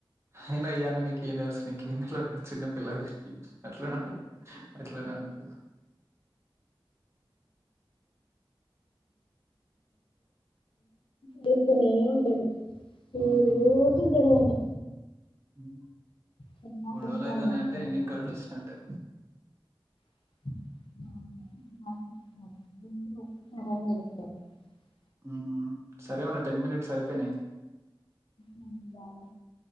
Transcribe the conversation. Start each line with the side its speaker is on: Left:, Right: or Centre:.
Right: అయినా ఇయ్యాన్నీ నీకు ఏం తెలుసు నీకు ఇంట్లో చిన్న పిల్లవి అట్లానే ఉండు అట్లనే ఉండు
Left: దిక్కని టది
Right: ఊహూ
Left: ఊరు ఊరోజీ గొడవనే
Right: ఉమ్
Left: చాలా
Right: గొడవలు
Left: కష్టాలు
Right: అయితానాయంటే
Left: నాకే
Right: ఎండింగ్
Left: అసలు
Right: కార్డు వచ్చినట్టే
Left: <inaudible>
Right: ఉమ్ సరే మన టెన్ మినిట్స్ అయిపోయినాయి
Left: <inaudible> బాగా